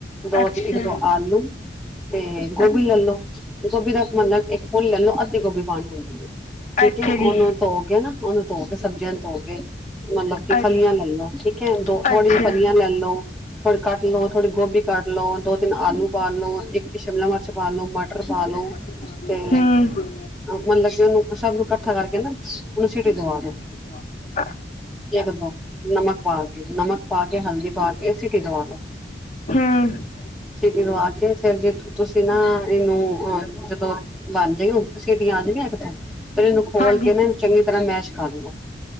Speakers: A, in the centre; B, on the left.
A: ਦੋ
B: ਅੱਛਾ
A: ਇੱਕ ਦੋ ਆਲੂ ਤੇ ਗੋਭੀ
B: ਅ
A: ਲੈ ਲੋ ਗੋਭੀ ਦਾ ਮਤਲਬ ਇੱਕ ਫੁੱਲ ਲੈ ਲੋ ਅੱਧੀ ਗੋਭੀ ਪਾਣੀ ਹੁੰਦੀ ਹੈ। ਠੀਕ
B: ਅੱਛਾ
A: ਹੈ, ਉਹਨੂੰ
B: ਜੀ
A: ਧੋ ਕੇ ਨਾ ਉਹਨੂੰ ਧੋ ਕੇ ਸਬਜ਼ੀਆਂ ਨੂੰ ਧੋ ਕੇ ਮਤਲਬ ਕਿ
B: ਅ
A: ਫਲੀਆਂ ਲੈ ਲੋ, ਠੀਕ ਹੈ।
B: ਅੱਛਾ
A: ਦੋ ਥੋੜੀ ਜੀ ਫਲੀਆਂ ਲੈ ਲੋ। ਥੋੜੀ ਕੱਟ ਲੋ, ਥੋੜੀ ਗੋਭੀ ਕੱਟ ਲੋ, ਦੋ-ਤਿੰਨ ਆਲੂ ਬਾਲ ਲੋ, ਇੱਕ ਸ਼ਿਮਲਾ ਮਰਚ ਪਾਲੋ, ਮਟ ਟਰ ਪਾ ਲੋ
B: ਹਮ
A: ਤੇ
B: ਹਮ
A: ਮਤਲਬ ਕਿ ਉਨੂੰ ਸਭ ਨੂੰ ਕੱਠਾ ਕਰਕੇ ਨਾ ਉਨੂੰ ਸਿਟੀ ਦਵਾ ਦੋ।
B: ਸਵਾਦ ਏ ਬੋਤ।
A: ਏਕ-ਦੋ ਨਮਕ ਪਾ ਕੇ ਨਮਕ ਪਾ ਕੇ ਹਲਦੀ ਪਾ ਕੇ ਸਿਟੀ ਦਵਾ ਲੋ।
B: ਹੂੰ,
A: ਸਿਟੀ ਦਵਾ ਕੇ ਫੇਰ ਜੇ ਤੁਸੀਂ ਨਾ ਇਨੂੰ ਅ ਜਦੋਂ ਲਾਂਦੇ ਓ। ਸਿਟੀ ਆ ਜਾਵੇ ਇੱਕ-ਦੋ, ਫੇਰ ਏਨੂੰ ਖੋਲ
B: ਹਾਂਜੀ
A: ਕੇ ਨਾ ਏਨੂੰ ਚੰਗੀ ਤਰ੍ਹਾਂ ਮੈਸ਼ ਕਰ ਲੋ।